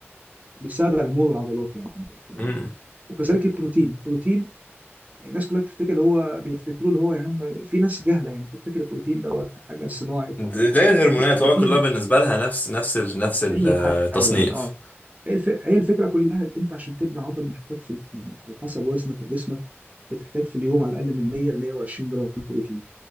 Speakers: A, on the right; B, on the left.
A: بيساعد على نمو العضلات يعني من الاخر يعني
B: مم.
A: وكذلك البروتين البروتين يعني الناس كلها بتفتكر اللي هو بيفتكروا اللي هو يا عم في ناس جهله يعني بتفتكر البروتين دوت حاجه صناعي فقط
B: زي الهرمونات
A: البروتين
B: هو كلها بالنسبه لها نفس نفس ال... نفس التصنيف
A: اي حاجه يعني اه هي الف- هي الفكره كلها إن انت عشان تبني عضل محتاج في يعني على حسب وزنك وجسمك بتحتاج في اليوم على الاقل من 100 ل 120 جرام بروتين